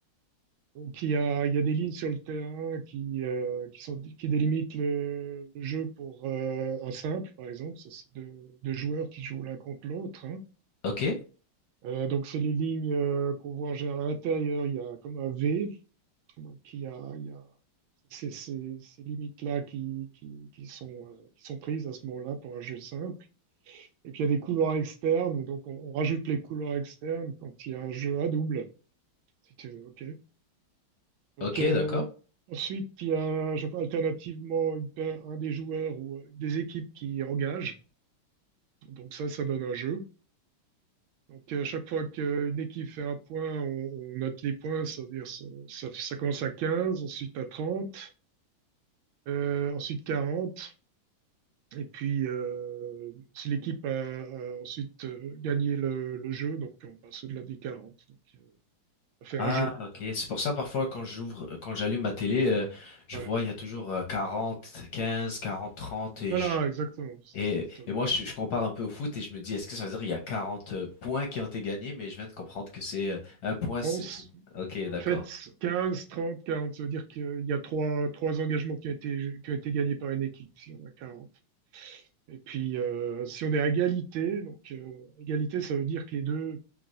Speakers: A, on the right; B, on the left.
A: Donc, il y a, il y a des lignes sur le terrain qui, euh, qui sont, qui délimitent le, le jeu pour euh, un simple, par exemple. Ça, c'est deux, deux joueurs qui jouent l'un contre l'autre. hein.
B: Ok,
A: Euh, donc, c'est les lignes euh, qu'on voit en général à l'intérieur. Il y a comme un V. Donc, il y a, il y a ces, ces- ces limites-là qui, qui, qui sont, euh, qui sont prises à ce moment-là pour un jeu simple. Et puis il y a des couloirs externes, donc on, on rajoute les couloirs externes quand il y a un jeu à double, si tu veux, ok. Donc
B: ok,
A: euh,
B: d'accord.
A: ensuite, il y a je sais pas, alternativement une paire- un des joueurs ou euh, des équipes qui engagent, donc ça, ça donne un jeu. Donc euh, chaque fois qu'une équipe fait un point, on, on note les points, c'est-à-dire ça, ça- ça commence à 15, ensuite à 30, euh, ensuite 40, et puis euh, si l'équipe a, a ensuite euh, gagné le, le jeu, donc on passe au-delà des 40. Donc, euh, Ça fait
B: Ah,
A: un jeu.
B: ok. C'est pour ça, parfois, quand j'ouvre, euh, quand j'allume ma télé, euh, je
A: Ouais.
B: vois, il y a toujours euh, 40, 15, 40, 30 et
A: Voilà,
B: je-
A: exactement. C'est
B: Et,
A: ça.
B: et moi, je, je compare un peu au foot et je me dis, est-ce que ça veut dire qu'il y a 40 points qui ont été gagnés? Mais je viens de comprendre que c'est euh, un point.
A: On
B: c'est-
A: s-
B: c'est- Ok,
A: en
B: d'accord.
A: fait, 15 30 40 ça veut dire qu'il y a trois, trois engagements qui ont été, qui ont été gagnés par une équipe, si on a quarante Et puis, euh, si on est à égalité, donc euh, égalité, ça veut dire que les deux,